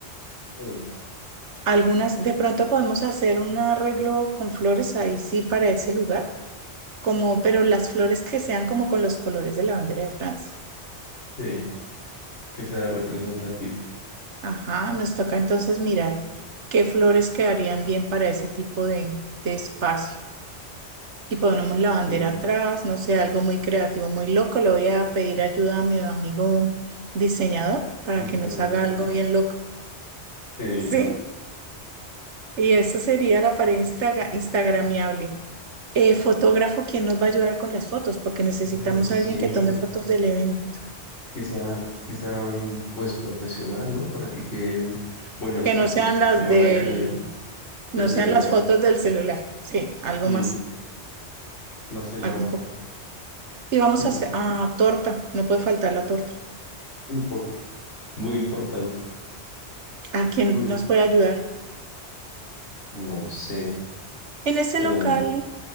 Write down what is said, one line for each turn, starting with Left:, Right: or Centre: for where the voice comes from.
Left: Sí,
Right: Algunas, de pronto podemos hacer un arreglo con flores ahí sí para ese lugar, como, pero las flores que sean como con los colores de la bandera de Francia.
Left: sí, que sea representativo.
Right: Ajá, nos toca entonces mirar qué flores quedarían bien para ese tipo de, de espacio. Y ponemos la bandera
Left: Sí,
Right: atrás, no sé, algo muy creativo, muy loco. Le voy a pedir ayuda a mi amigo diseñador para
Left: diseñador.
Right: que nos haga algo bien loco.
Left: Sí.
Right: Sí, y esa sería la pared instagra- instagramiable. eh, fotógrafo quien nos va a ayudar con las fotos, porque necesitamos
Left: Ay, sí.
Right: a alguien que tome fotos del evento,
Left: Quizá, quizá un pues profesional, ¿no? Para que queden buenas
Right: que
Left: fotos
Right: no sean las
Left: de buena
Right: del,
Left: calidad del
Right: no
Left: celular.
Right: sean las fotos del celular. Sí, algo
Left: Mm,
Right: más,
Left: Más elaborado.
Right: algo un poco. Y vamos
Left: Mm,
Right: a hacer a torta, no puede faltar la torta.
Left: impor- Muy importante.
Right: ¿A quién
Left: Uy,
Right: nos puede ayudar?
Left: no sé.
Right: En ese
Left: De
Right: local
Left: la